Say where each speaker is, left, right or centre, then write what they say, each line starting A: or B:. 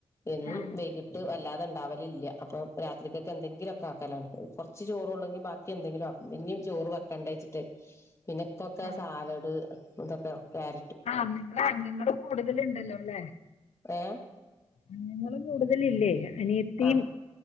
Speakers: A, on the left; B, on the left.
A: എന്നും
B: ആഹ്
A: വൈകിട്ട് വല്ലാതങ് ഉണ്ടാവലില്ല അപ്പൊ രാത്രിക്കൊക്കെ എന്തെങ്കിലൊക്കെ ആക്കലാണ് കൊറച്ച് ചോറള്ളെങ്കിൽ ബാക്കി എന്തെങ്കിലും ആക്കും പിന്നെയും ചോറ് ബാക്കി കണ്ടച്ചിട്ട് പിന്നെക്കൊക്കെ
B: ആഹ്
A: സാലഡ് ഇതൊക്കെ കാര
B: ആഹ് നിങ്ങള് അംഗങ്ങള് കൂടുതലുണ്ടല്ലോ അല്ലെ
A: ഏഹ്
B: അംഗങ്ങള് കൂടുതലില്ലേ അനിയത്തിം
A: ആഹ്